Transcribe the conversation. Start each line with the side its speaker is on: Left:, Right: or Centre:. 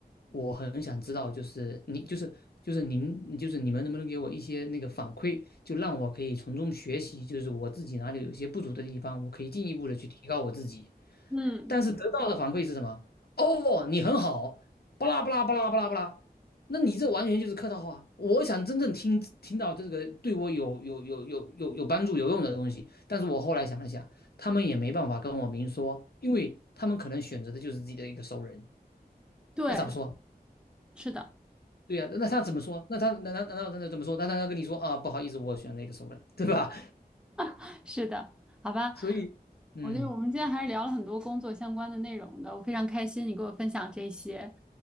Left: 我很想知道，就是你就是就是您就是你们能不能给我一些那个反馈，就让我可以从中学习，就是我自己哪里有一些不足的地方，我可以进一步的去提高我自己。
Centre: 嗯，
Left: 但是得到的反馈是什么？哦，你很好，巴拉巴拉巴拉巴拉巴拉。那你这完全就是客套话。我想真正听听到这个对我有有有有有有帮助有用的东西，但是我后来想了想，他们也没办法跟我明说，因为他们可能选择的就是自己的一个熟人，
Centre: 对，
Left: 那咋不说？
Centre: 是的，
Left: 对呀、那他怎么说？那他难道难道他怎么说？那他要跟你说啊，不好意思，我选了一个熟人，<laughs> 对吧？
Centre: 是的，是的，好吧。
Left: <laughs> 所以，嗯
Centre: 我觉得我们今天还是聊了很多工作相关的内容的，我非常开心你给我分享这些。